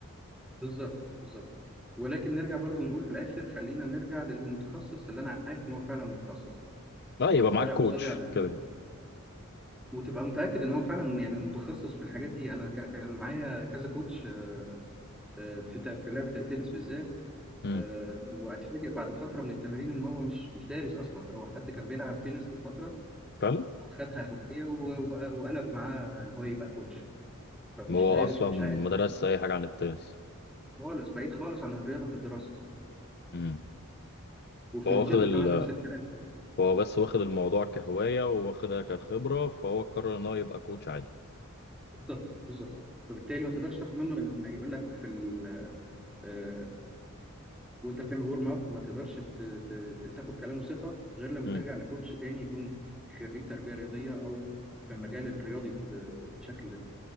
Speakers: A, in the centre; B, on the left.
A: بالظبط بالظبط ولكن نرجع برضو نقول في الاخر خلينا نرجع للمتخصص اللي انا عارف ان هو فعلا متخصص
B: لا يبقى
A: اللي طالع
B: معاك كوتش
A: قصادي على الانترنت
B: كده كده
A: وتبقى متاكد ان هو فعلا يعني متخصص في الحاجات دي انا ك- كان معايا كذا كوتش آه، آه، في ت- في لعبه التنس بالذات
B: امم
A: آه، واتفاجئ بعد فتره من التمرين ان هو مش مش دارس اصلا ده هو حد كان بيلعب تنس لفتره
B: فعلا
A: وخدها هوايه و- و- وقلب معاه ان هو يبقى كوتش فمش
B: هو
A: دارس
B: اصلا
A: ومش
B: ما
A: عارف
B: درسش اي حاجه عن التنس
A: خالص بعيد خالص عن الرياضه في الدراسه
B: امم
A: وفي
B: هو
A: الجيم
B: واخد ال...
A: كمان نفس الكلام
B: هو بس واخد الموضوع كهوايه واخدها كخبره فهو قرر ان هو يبقى كوتش عادي
A: بالظبط بالظبط فبالتالي ما تقدرش تاخد منه لما يقول لك في ال آه وانت بتعمل ورم اب ما تقدرش ت- ت- تاخد كلامه ثقه غير لما
B: امم
A: ترجع لكوتش تاني يكون خريج تربيه رياضيه او في المجال الرياضي ب- ب- بشكل